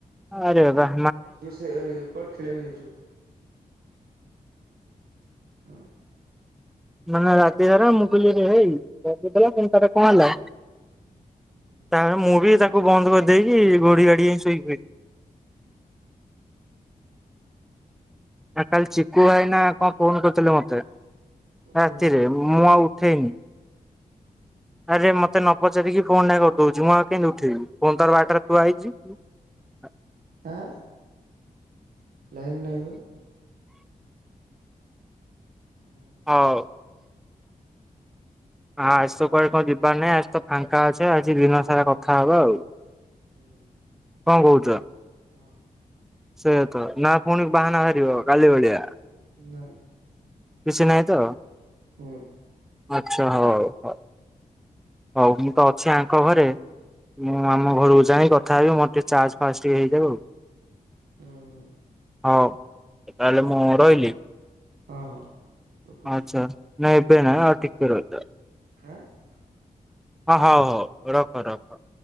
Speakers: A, in the centre; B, on the right (about 85°).
A: ଆରେ ବାପା।
B: ଯେ ସେ କୁଆଡ଼େ ଖେଳିବାକୁଯାଇଛି। ହଁ
A: ମାନେ ରାତି ସାରା ମୁଁ କହିଲି ରେ ହେଇ ଗପୁଥିଲା ପୁଣି ତାର କଣ ହେଲା?
B: ହୁଁ
A: ତାପରେ ମୁଁ ବି ତାଙ୍କୁ ବନ୍ଦ କରିଦେଇକି ଘୋଡି ଘାଡି ହେଇ ଶୋଇପଇଲି।
B: <inaudible>
A: ଆ କାଲି ଚିକୁୁ ଭାଇନା କଣ ଫୋନ କରିଥିଲେ ମତେ।
B: କଣ
A: ରାତିରେ
B: କହିଲେ
A: ମୁଁ ଆଉ ଉଠେଇନି। ଆରେ ମତେ ନ ପଚାରିକି ଫୋନ୍ ଟା କରିଦଉଛି ମୁଁ ଆଉ କେତି ଉଠେଇବି ଫୋନ ତାର ବାଟରେ ଥୁଆହେଇଛି। <inaudible>
B: <inaudible> ଲାଇନ୍ ନାଇବା। ହଁ
A: ହଉ। ଆ ଆସ କୁଆଡେ କଣ ଯିବାର ନାହିଁ ଆଜି ତ ଫାଙ୍କା ଅଛି ଆଜି ଦିନ ସାରା କଥା ହବା ଆଉ। କଣ
B: ହୁଁ
A: କହୁଛ।
B: ହଁ
A: ସେୟା ତ ନା ପୁଣି ବାହାନା ବାହାରିବ କାଲି ଭଳିଆ।
B: ନା ନା
A: କିଛି ନହିଁ ତ
B: ହୁଁ
A: ଆଚଛା ହଉ ହଉ। ହଉ ମୁଁ ତ ଅଛି ଆଙ୍କ ଘରେ ମୁଁ ଆମ ଘରକୁ ଯାଇ କଥା ହେବି ମୋର ଟିକେ ଚାର୍ଜ ଫାଷ୍ଟ ଟିକେ ହେଇଯାଉ
B: ହୁଁ ହୁଁ
A: ଆଉ ହଉ ତାହେଲେ ମୁଁ ରହିଲି।
B: ହଁ ହଁ ହଉ ରଖୁଛି
A: ଆଚ୍ଛା ନାଇଁ ଏବେ ନା ଆଉ ଟିକେ ରହିଯା।
B: ଆଁ
A: ହଁ ହଉ ହଉ ରଖ ରଖ।